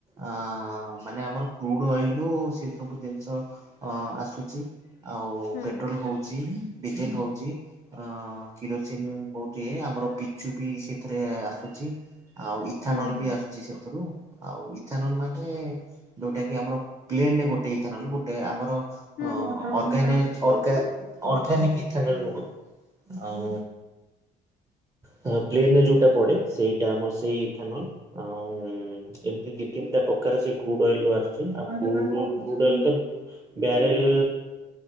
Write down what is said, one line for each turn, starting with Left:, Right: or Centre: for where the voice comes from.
Right: ଅ ମାନେ ଆମର କ୍ରୁଡ ଅଏଲ ସେ ସବୁ ଜିନିଷ ଅ ଆସୁଛି। ଆଉ
Left: ହୁଁ
Right: ପେଟ୍ରୋଲ ହଉଛି, ଡିଜେଲ ହଉଛି ଅ କିରୋସିନ ବହୁତ ଆମର ପିଚୁ ବି ସେଥିରେ ଆସୁଛି ଆଉ ଇଥାନଲ
Left: ହୁଁ ହୁଁ
Right: ବି ଆ ସେଥିରୁ ଆଉ ଇଥାନଲ ମାନେ ଯୋଉଟା କି ଆମର ପ୍ଲେନରେ ଗୋଟେ ଇଥାନଲ ଗୋଟେ ଆମର
Left: ହୁଁ ହୁଁ ହୁଁ
Right: ଅର୍ଗାନ ଅର୍ଗାନିକ ଇଥାନଲ ନୁହଁ ଆଉ ହଁ ପ୍ଲେନ୍ ରେ ଯୋଉଟା ପଡେ ସେଇଟା ଆମର ସେଇ ଇଥାନଲ୍, ଆଉ ହୁଁ, ଏମତି ଦି ତିନିଟା ପକାର ସେଇ କ୍ରୁଡ୍ ଅଏଲ୍ ର ଆସୁଛି, ଆଉ କ୍ରୁଡ୍ ରୁ କ୍ରୁଡ୍ ଅଏଲ୍ ଟାକୁ ବ୍ୟାରେଲ୍